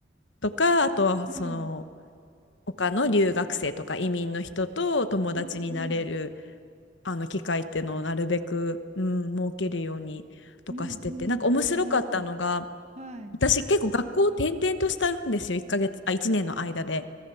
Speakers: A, on the left (about 80°); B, on the right (about 35°).
A: とかあとはその
B: うん。
A: 他の留学生とか移民の人と友達になれる
B: うんうん。
A: あの機会っていうのをなるべく、うん、設けるようにとかしててなんか面白かったのが
B: うんうん。ああ、はい。
A: 私結構学校を転々としたんですよ1ヶ月あ1年の間で。